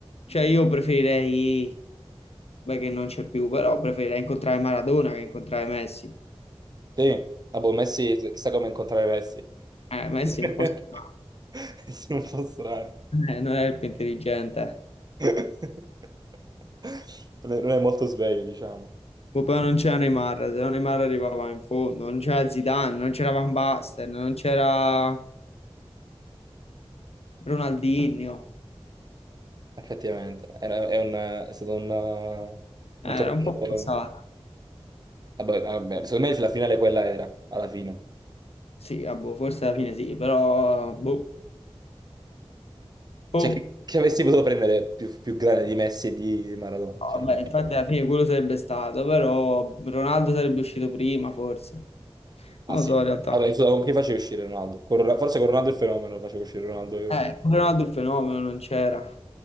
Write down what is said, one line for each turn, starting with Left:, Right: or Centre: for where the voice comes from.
Left: Cioè io preferirei, beh che non c'è più, però preferirei incontrare Maradona che incontrare Messi.
Right: Sì. Ah, boh, Messi, chissà come incontrare Messi.
Left: Eh, Messi
Right: <laughs>
Left: è un po' strano,
Right: Sì, un po' strano.
Left: eh, non è il più intelligente.
Right: <laughs> Non è, non è molto sveglio, diciamo.
Left: Poi però non c'era Neymar, se no Neymar arrivava in fondo, non c'era Zidane, non c'era Van Basten, non c'era Ronaldinho,
Right: Effettivamente, era- è, un- è stato un, uh,
Left: Eh,
Right: un torneo.
Left: era un po' forzato.
Right: Vabbè, vabbè, secondo me la finale quella era, alla fine.
Left: Sì, ah, boh, forse alla fine sì, però boh.
Right: Cioè,
Left: Oh,
Right: chi, chi avessi potuto prendere più, più grande di Messi e di Maradona?
Left: vabbè,
Right: Cioè, quindi-
Left: infatti alla fine quello sarebbe stato, però Ronaldo sarebbe uscito prima, forse.
Right: ah
Left: Non
Right: sì.
Left: lo so, in realtà.
Right: Vabbè, scusa, con chi facevi uscire Ronaldo? Con Ro- forse con Ronaldo il fenomeno facevo uscire Ronaldo. io.
Left: Eh, pure Ronaldo il fenomeno non c'era.